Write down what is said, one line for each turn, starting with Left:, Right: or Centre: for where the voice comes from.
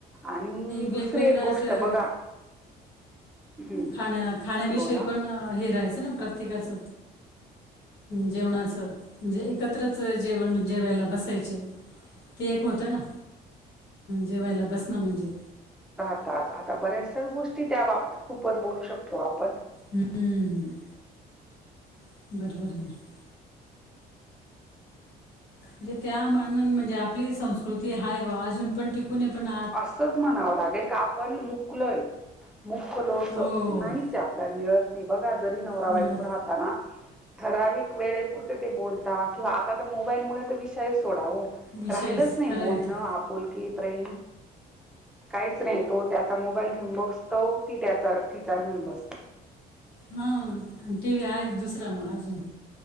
Centre: आणि
Left: वेगवेगळं
Centre: दुसरी एक गोष्ट
Left: असं
Centre: बघा, हं,
Left: खाण्या खाण्याविषयी
Centre: बोला
Left: पण हे राहायचं ना प्रत्येकाच जेवणाचं म्हणजे एकत्रच जेवण जेवायला बसायचे. ते एक होतं ना जेवायला बसण म्हणजे,
Centre: राहतात आता बऱ्याचश गोष्टी त्या बाबतीत खूपच बोलू शकतो आपण,
Left: हम्म. <unintelligible> म्हणजे त्या मनान आपली संस्कृती आहे बवा अजून पण टिकू कुणीपण
Centre: असंच म्हणावं लागेल का आपण मुकलोय. मुख लोच
Left: हो
Centre: नाहीच. आपल्याला मिळत नाही बघा जरी नवरा
Left: मिळत
Centre: बायको राहत ना. ठराविकता वेळेपुरते ते बोलता किंवा आता तर मोबाईल मुळे तर विषय सोडाव.
Left: विशेष
Centre: राहिलच नाही
Left: खरं
Centre: बोलणं
Left: आहे ते
Centre: आपुल े प्रेम. काहीच नाही तो त्याचा मोबाईल घेऊन ब तो ती त्याचा तिचा घेऊन बसते.
Left: हा आणि टी व्ही आहे दुसरा मग अजून,